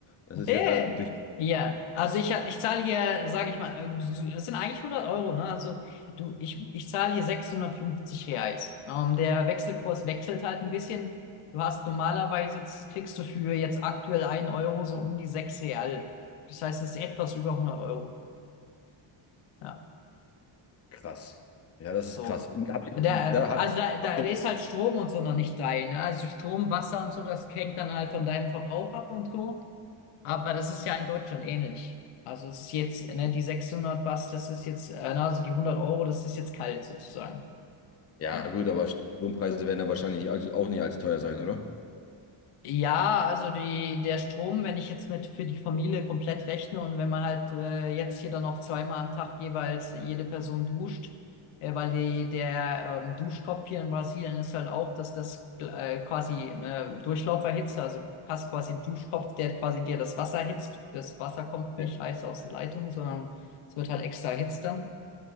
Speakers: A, on the left (about 30°); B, on the left (about 85°).
A: Das ist
B: Äh,
A: ja durch
B: ja, also ich, hab- ich zahle hier, sage ich mal, äh, so- es sind eigentlich hundert Euro, ne? Also du, ich, ich zahle hier 650 Reais. Ähm, der Wechselkurs wechselt halt ein bisschen. Du hast normalerweise, jetzt kriegst du für jetzt aktuell einen Euro so um die 6 Real. Das heißt, es ist etwas über hundert Euro. Ja,
A: krass. Ja, das
B: so.
A: ist krass. Habt ihr,
B: Der,
A: da
B: äh,
A: habt,
B: also da, da
A: habt ihr,
B: ist halt Strom und so noch nicht rein. Ne? Also Strom, Wasser und so, das hängt dann halt von deinem Verbrauch ab und so. Aber das ist ja in Deutschland ähnlich. Also es ist jetzt, ne, die 600 was, das ist jetzt, äh, na, also die 100 Euro, das ist jetzt kalt sozusagen.
A: ja
B: Ja.
A: gut, aber Strompreise werden da wahrscheinlich nicht, allzu- auch nicht allzu teuer sein, oder?
B: Ja, also die, der Strom, wenn ich jetzt mit für die Familie komplett rechne und wenn man halt äh, jetzt hier dann noch zweimal am Tag jeweils jede Person duscht, äh, weil die, der ähm, Duschkopf hier in Brasilien ist halt auch, dass das äh, quasi eine Durchlauferhitze, also du hast quasi einen Duschkopf, der quasi dir das Wasser erhitzt. Das Wasser kommt
A: Ja.
B: nicht heiß aus der Leitung, sondern es wird halt extra erhitzt dann.